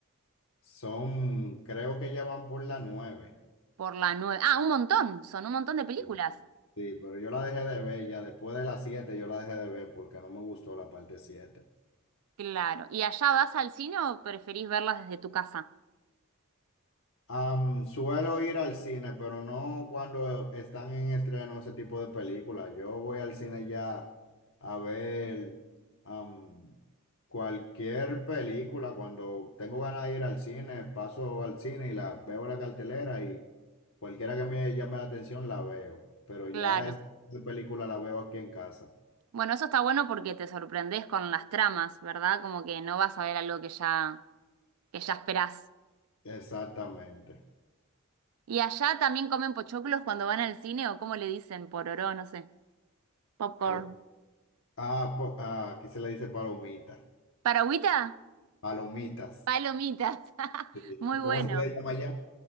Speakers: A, on the left; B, on the right.
A: son, creo que ya van por la nueve
B: Por la nueve. Ah, un montón, son un montón de películas.
A: Sí. Sí, pero yo la dejé de ver ya después de la siete yo la dejé de ver porque no me gustó la parte siete
B: Claro. ¿Y allá vas al cine o preferís verlas desde tu casa?
A: Am, suelo ir al cine, pero no cuando están en estreno ese tipo de películas. Yo voy al cine ya a ver am, cualquier película. Cuando tengo ganas de ir al cine, paso al cine y la veo la cartelera y cualquiera que me llame la atención la veo. Pero ya
B: Claro.
A: esa película la veo aquí en casa.
B: Bueno, eso está bueno porque te sorprendés con las tramas, ¿verdad? Como que no vas a ver algo que ya, que ya esperás.
A: Exactamente.
B: ¿Y allá también comen pochoclos cuando van al cine o cómo le dicen? Pororó, no sé. Popcorn.
A: Pues, ah, po- ah, aquí se le dice palomita,
B: ¿Paragüita?
A: palomitas.
B: Palomitas, <laughs>
A: Sí.
B: muy bueno.
A: ¿Cómo se le llama allá?